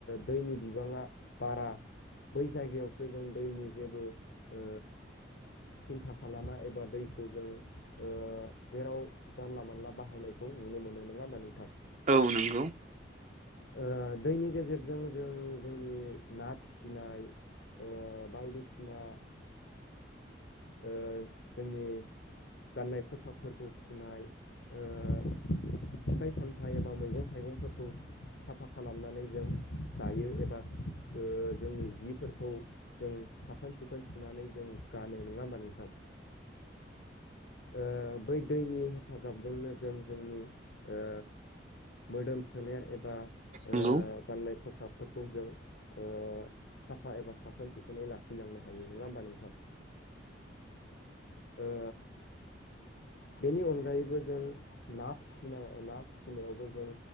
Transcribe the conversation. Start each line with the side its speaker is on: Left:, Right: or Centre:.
Left: दैनि बिबाङा। बारा बै जायगायावसो जों दैनि जेबो ओ सिन्था खालामा एबा दैखौ जों ओ जेराव जानला मानला बाहायनायखौ। नुनो मोनो नोङा होमबा नोंथां।
Right: औ नोंगौ
Left: ओ दैनि गेजेरजों जों जोंनि ना फिसिनाय। ओ बायदिसिना। ओ जोंनि गाननाय खसाबफोरखौ। सुनाय ओ फिथाइ सामथाइ एबा मैगं थाइगंफोरखौ। साफा खालामनानै जों जायो एबा ओ जोंनि जि। फोरखौ जों साखोन सिखोन सुनानै जों गानो नोङा होमबा नोंथां। ओ बै दैनि हेफाजाबजोंनो जों जोंनि। ओ मोदोम सोलेर एबा ओ।
Right: नंगौ
Left: गाननाय खसाबफोरखौ जों ओ साफा एबा साखोन सिखोनै लाखि। लांनो हायो नोङा होमबा नोंथां ओ बेनि अनगायैबो जों ना फिसिनो ना फिसिनायावबो जों।